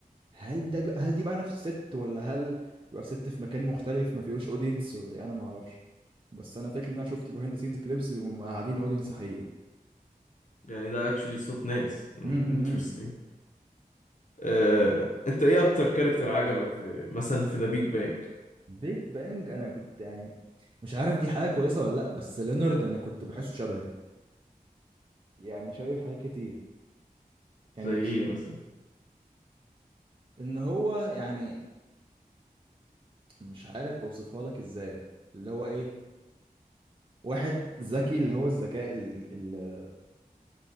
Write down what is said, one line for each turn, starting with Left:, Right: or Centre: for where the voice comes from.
Right: هل ده بقى هل دي بقى نفس الست ولا هل تبقى في ست في مكان مختلف ما فيهوش اودينس ولا إيه؟ انا ما اعرفش بس انا فاكر ان انا شفت بيهايند سينز كليبس بيبقوا قاعدين اودينس حقيقي
Left: يعني ده اكشلي صوت ناس
Right: امم
Left: انترستنج آه، انت ايه اكتر كاركتر عجبك في مثلا في ذا بيج بانج
Right: بيج بانج انا كنت يعني مش عارف دي حاجه كويسه ولا لا بس لينارد انا كنت بحسه شبهي يعني شايف حاجات كتير يعني
Left: زي
Right: ش...
Left: ايه مثلا
Right: ان هو يعني مش عارف اوصفها لك ازاي اللي هو ايه واحد ذكي اللي هو الذكاء ال... ال...